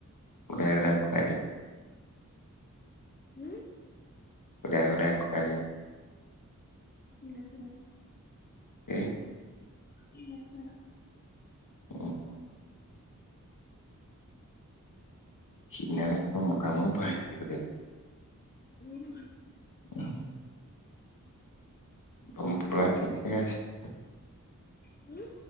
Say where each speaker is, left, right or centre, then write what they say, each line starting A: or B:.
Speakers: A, on the left; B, on the left.
A: সুদাই সুদাই খুৱাই দিম।
B: উম'
A: সুদাই সুদাই খুৱাই দিম।
B: নাখাওঁ।
A: এ
B: উম, উম।
A: উম, সেইদিনা নেকি মোকামো ভাইছে গতিকে
B: উম।
A: উম, বমপুৰা ঠিকে আছে।
B: উ